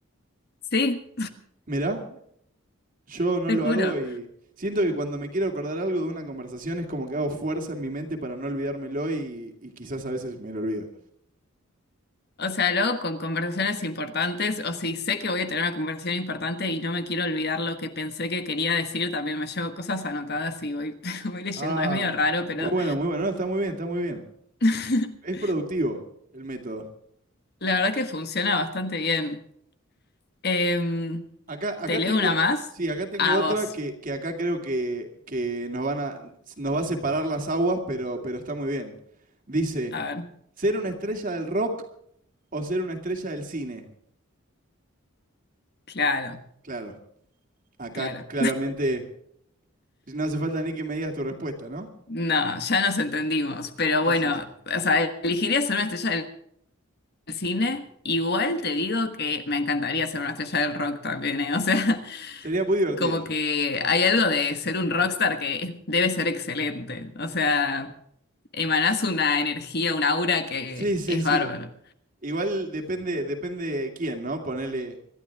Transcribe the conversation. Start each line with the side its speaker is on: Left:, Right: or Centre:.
Left: Sí,
Right: Mirá, yo no
Left: te
Right: lo
Left: juro.
Right: hago y siento que cuando me quiero acordar algo de una conversación es como que hago fuerza en mi mente para no olvidármelo y, y quizás a veces me lo olvido.
Left: O sea, luego con conversaciones importantes, o si sé que voy a tener una conversación importante y no me quiero olvidar lo que pensé que quería decir, también me llevo cosas anotadas y voy, <laughs> voy leyendo.
Right: Ah,
Left: Es medio raro, pero
Right: muy bueno, muy bueno. No, está muy bien, está muy bien.
Left: <laughs>
Right: Es productivo el método.
Left: la verdad que funciona bastante bien. Em,
Right: Acá, acá
Left: ¿te leo
Right: tengo,
Left: una más?
Right: sí, acá tengo
Left: A
Right: otra
Left: vos.
Right: que, que acá creo que, que nos van a, nos va a separar las aguas, pero, pero está muy bien. Dice,
Left: A ver,
Right: ¿ser una estrella del rock o ser una estrella del cine?
Left: claro,
Right: Claro, acá
Left: claro.
Right: claramente no hace falta ni que me digas tu respuesta, ¿no?
Left: No, ya nos entendimos, pero
Right: Sí,
Left: bueno,
Right: sí, sí.
Left: o sea, elegiría ser una estrella del cine. Igual te digo que me encantaría ser una estrella del rock también, ¿eh? O sea, <laughs>
Right: Sería muy divertido.
Left: como que hay algo de ser un rockstar que debe ser excelente. O sea, emanás una energía, un aura que
Right: Sí, sí,
Left: es
Right: sí.
Left: bárbaro.
Right: Igual depende, depende quién, ¿no? Ponele,